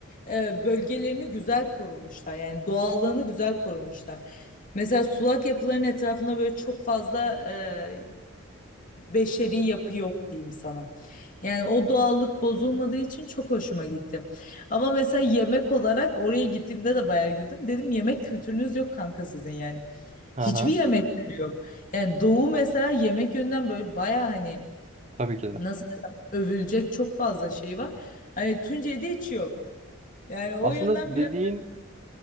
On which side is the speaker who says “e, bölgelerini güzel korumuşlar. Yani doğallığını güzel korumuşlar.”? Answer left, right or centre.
Left